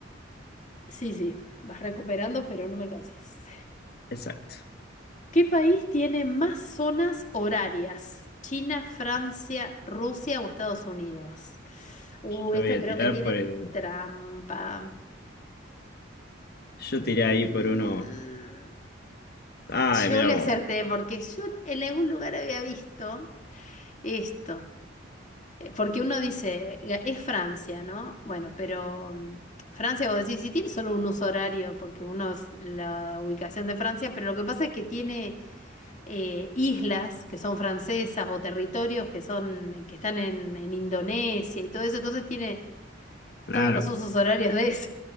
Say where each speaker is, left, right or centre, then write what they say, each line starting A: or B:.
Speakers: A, on the left (about 40°); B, on the left (about 55°).
A: Sí, sí, vas recuperando, pero no me cansas.
B: Exacto.
A: ¿Qué país tiene más zonas horarias? ¿China, Francia, Rusia o Estados Unidos? Uh,
B: Yo
A: esto
B: voy a
A: creo
B: tirar
A: que tiene
B: por el,
A: trampa.
B: yo
A: Mm,
B: tiré ahí por uno, ay,
A: Yo
B: mira
A: le
B: vos,
A: acerté porque yo en algún lugar había visto esto. Eh, Porque uno dice, "Ga- es Francia, ¿no? Bueno, pero mm, Francia, vos decís, si tiene solo un uso horario, porque uno es la ubicación de Francia, pero lo que pasa es que tiene eh, islas que son francesas o territorios que son, que están en, en Indonesia y todo eso, entonces tiene
B: claro.
A: todos los usos horarios de eso